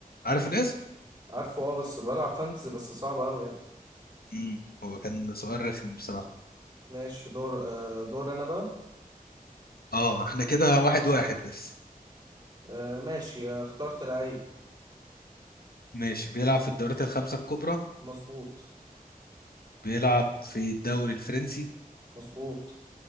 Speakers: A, on the left (about 80°); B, on the right (about 30°).
A: عارف الاسم؟
B: عارفه اه بس بلعب فانتزي بس صعبة اوي يعني
A: مم. هو كان سؤال رخم بصراحة
B: ماشي دور آه دور انا بقى
A: اه احنا كده واحد واحد لسه
B: آه ماشي آه، اخترت لعيب
A: ماشي بيلعب في الدوريات الخمسة الكبرى
B: مظبوط
A: بيلعب في الدوري الفرنسي
B: مظبوط